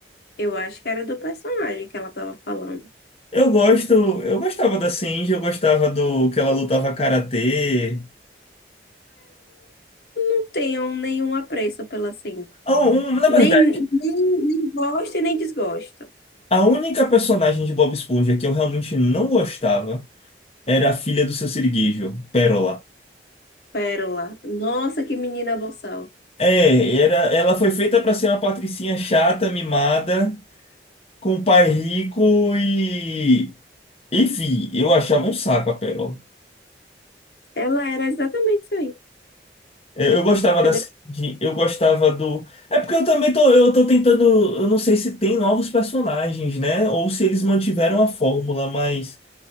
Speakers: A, on the left (about 65°); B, on the left (about 35°).
A: Eu acho que era do personagem que ela tava falando.
B: Eu gosto, eu gostava da Shinji, eu gostava do que ela lutava karatê.
A: não tenho nenhum apreço pela Sandy.
B: Ah, um- na
A: Nem,
B: verdade,
A: nem, nem gosto e nem desgosto.
B: a única personagem de Bob Esponja que eu realmente não gostava era a filha do seu Sirigueijo, Pérola.
A: Pérola. Nossa, que menina boçal.
B: É, era, ela foi feita pra ser uma patricinha chata, mimada, com um pai rico e. Enfim, eu achava um saco a Pérola.
A: Ela era exatamente isso aí.
B: Eu eu gostava dessa.
A: Você
B: de- Eu gostava do. É porque eu também tô. Eu tô tentando. Eu não sei se tem novos personagens, né? Ou se eles mantiveram a fórmula, mas.